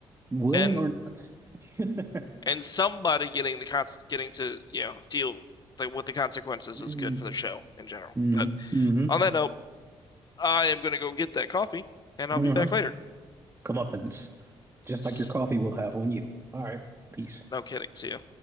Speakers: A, on the right; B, on the left.
A: willing
B: and
A: or not. <laughs>
B: and somebody getting the con getting to you know deal like with the consequences
A: Mm-hmm.
B: is good for the show in general.
A: Mm-hmm.
B: But on that note, I am gonna go get that coffee, and
A: Uh-huh.
B: I'll be back later.
A: comeuppance, just
B: S-
A: like your coffee will have on you. All right, peace.
B: No kidding. See ya.